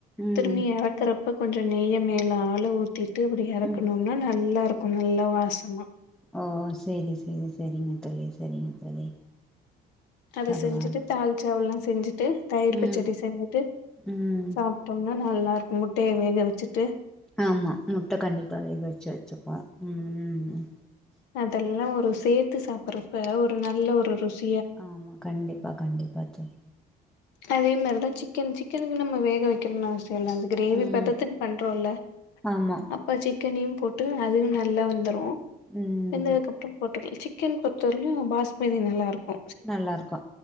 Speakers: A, in the centre; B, on the left.
A: ம்
B: திரும்பியு இர க்கிறப்ப கொஞ்ச நெய்ய மேலால ஊத்திட்டு அப்டி எறக்ணோனா
A: ம்
B: ஆ நல்லாருக்கு நல்ல வாசமா
A: ஓ செரி செரி செரிங்க தோழி செரிங்க தோழி
B: அது
A: பரவால்ல
B: செஞ்சுட்டு தால்சவுள்ல்லா செஞ்சுட்டு தயிர்
A: ம்
B: பச்சடி செஞ்சுட்டு
A: ம்
B: சாப் ட்டோம்னா நல்லா இருக்கு முட்டைய வேக வச்சுட்டு
A: ஆமா முட்ட கண்டிப்பா வேக வச்சு வச்சுப்போ ம் ம் ம்
B: அதெல்லா ஒரு சேர்த்து சாப்புறப்ப ஒரு நல்ல ஒரு ருசி
A: ஆமா கண்டிப்பா கண்டிப்பா தோழி
B: அதே மாரிதா சிக்கன் சிக்கன்னு நம்ம வேக வக்கணும்னு அவசியமில்ல கிரேவி
A: ம்
B: பதத்துக்கு பண்றோல
A: ஆமா
B: அப்ப சிக்கனையு போட்டு அதுவு நல்லா வெந்துரு
A: ம்
B: வெந்ததுக்கு அப்றோ போட்டு சிக்கன் பொறுத்தவர்லயு பாஸ்மதி நல்லாருக்கு
A: நல்லாருக்கோ